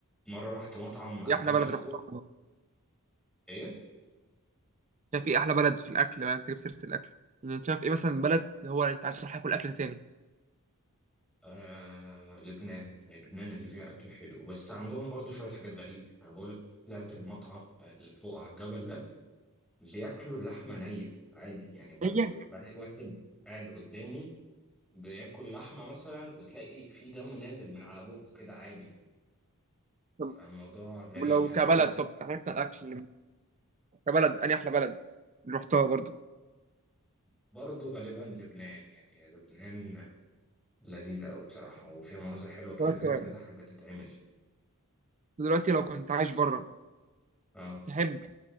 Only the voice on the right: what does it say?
ايه
احلى بلد رحتها
شايف ايه احلى بلد في الاكل بقى انت جبت سيره الاكل يعني شايف ايه مثلا بلد هو انت عايز تروح تاكل اكل تاني
هي
طب
لو
كبلد طب عرفنا الاكل كبلد اني احلى بلد اللي رحتها برضو
أسألك
سؤال
دلوقتي لو كنت عايش بره
تحب